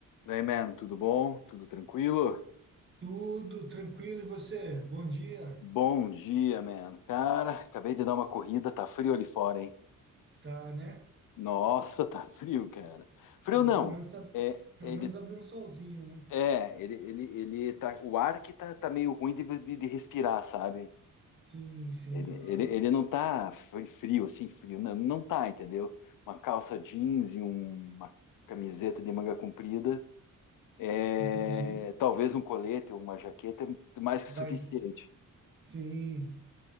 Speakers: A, on the left (about 70°); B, on the right (about 35°).
A: Daí, man, tudo bom? Tudo tranquilo?
B: Tudo tranquilo e você? Bom dia.
A: Bom dia, man. Cara, acabei de dar uma corrida, tá frio ali fora, hein?
B: Tá, né?
A: Nossa, tá frio, cara. Frio
B: Mas
A: não.
B: pelo menos tá,
A: É,
B: pelo
A: ele,
B: menos abriu um solzinho, né?
A: é, ele, ele, ele tá, o ar que tá, tá meio ruim de, de, de respirar, sabe?
B: Sim, sim,
A: Ele,
B: aham.
A: ele, ele não tá fri- frio, assim, frio, não, não tá, entendeu? Uma calça jeans e um- uma camiseta de manga comprida, é,
B: Entendi.
A: talvez um colete ou uma jaqueta, é mais que
B: Vai.
A: suficiente.
B: Sim,